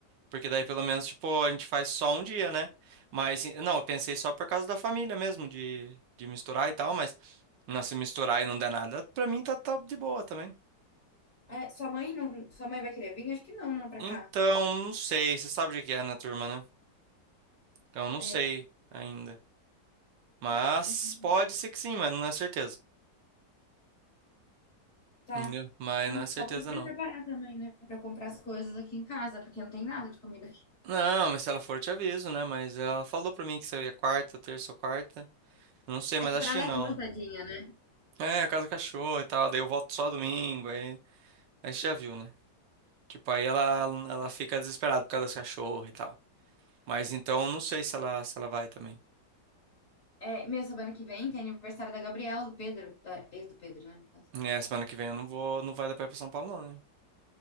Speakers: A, on the right; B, on the left.
A: Porque daí pelo menos, tipo, a gente faz só um dia, né? Mas, não, eu pensei só por causa da família mesmo, de, de misturar e tal, mas não, se misturar e não der nada, pra mim tá, tá de boa também.
B: É, sua mãe não, sua mãe vai querer vir? Acho que não, não pra
A: Então,
B: cá.
A: não sei, você sabe o que é na turma, né? Então, não
B: É,
A: sei ainda. Mas
B: eu acho que não.
A: pode ser que sim, mas não é certeza.
B: Tá.
A: Entendeu? Mas
B: Não,
A: não é certeza,
B: só pra me preparar
A: não.
B: também, né? Pra comprar as coisas aqui em casa, porque não tem nada de comida aqui.
A: Não, mas se ela for, eu te aviso, né? Mas ela falou pra mim que se eu ia quarta, terça ou quarta. Eu Não sei, mas
B: É que
A: acho
B: pra ela
A: que não.
B: é ruim, tadinha, né?
A: É, casa do cachorro e tal. Daí eu volto só domingo. Aí a gente já viu, né? Tipo, aí ela, ela fica desesperada por causa dos cachorros e tal. Mas então não sei se ela, se ela vai também.
B: É, meu, semana que vem tem aniversário da Gabriela, do Pedro, da ex do Pedro, né? no caso.
A: É, semana que vem eu não vou, não vai dar pra ir pra São Paulo, não, né?